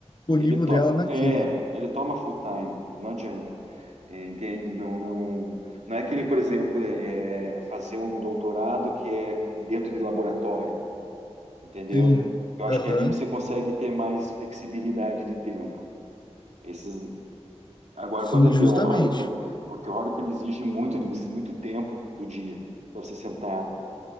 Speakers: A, on the left; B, on the right.
A: disponível
B: Ele to,
A: dela naquilo,
B: é,
A: né?
B: ele toma full time, não adianta. É, entende? Não, não, não é que nem, por exemplo, é, é fazer um doutorado que é dentro de laboratório, entendeu?
A: Sim,
B: Eu acho
A: aham,
B: que ali você consegue ter mais flexibilidade de tempo. Esses, Agora,
A: Sim,
B: quando é teórico,
A: justamente.
B: o teórico ele exige muito de você, muito tempo do dia para você sentar